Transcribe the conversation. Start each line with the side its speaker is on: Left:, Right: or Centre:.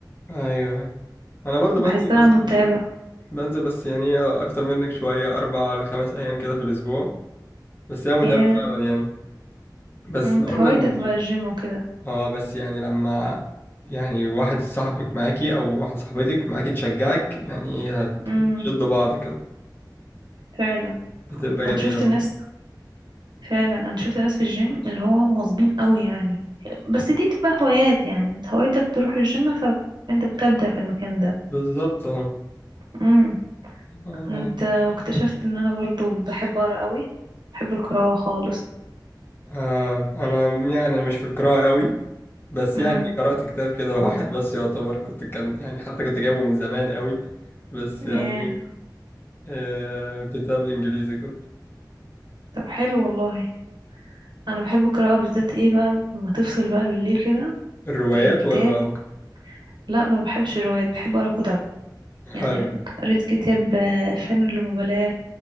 Left: ايوه ايوه انا برضو بنزل
Right: بحسها
Left: بس
Right: متعبة
Left: يعني بنزل بس يعني اكتر منك شويه اربع لخمس ايام كده في الاسبوع بس هي متعبة
Right: ايه
Left: فعلا يعني بس
Right: مم، انت
Left: اول
Right: هوايتك
Left: ما انت
Right: بقى الجيم وكده
Left: اه بس يعني لما يعني واحد صاحبك معاكي او واحدة صاحبتك معاكي تشجعك يعني ايه،
Right: امم
Left: هتشدوا بعض كده
Right: فعلا
Left: بتبقى
Right: انا
Left: جميلة
Right: شفت
Left: برضه
Right: ناس فعلا انا شفت ناس في الجيم اللي هو مواظبين قوي يعني بس دي تبقى هوايات يعني انت هوايتك تروح الجيم فانت بتبدع في المكان
Left: بالظبط اه
Right: ده
Left: انا
Right: انت واكتشفت ان انا برضو بحب اقرا قوي بحب القراءة خالص
Left: آه انا يعني انا مش في القراءة قوي بس
Right: امم
Left: يعني قرأت كتاب كده <laughs> واحد بس يعتبر كنت كان يعني حتى كنت جايبه من زمان قوي بس
Right: ايه
Left: يعني ايه آه كتاب انجليزي كده
Right: طب حلو والله انا بحب القراءة بالذات ايه بقى لما تفصل بقى بالليل كده
Left: الروايات
Right: تجيب كتاب
Left: ولا
Right: لا ما بحبش روايات بحب اقرا كتب يعني
Left: ايوه
Right: قريت كتاب آه، فن اللامبالاة